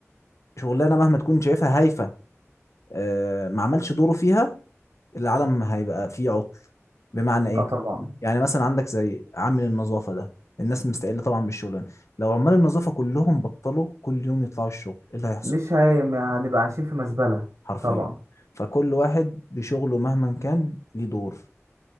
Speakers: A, on the left; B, on the right.
A: شغلانة مهما تكون شايفها هايفة آآ، ما عملش دوره فيها العالم هيبقى فيه عطل بمعنى ايه
B: آه طبعًا،
A: يعني مثلا عندك زي عامل النظافه ده الناس مستقله طبعا بالشغلانه لو عمال النظافه كلهم بطلوا كل يوم يطلعوا الشغل ايه اللي هيحصل
B: مش هي ما هنبقى عايشين في مزبلة،
A: حرفيا
B: طبعًا،
A: فكل واحد بشغله مهما كان ليه دور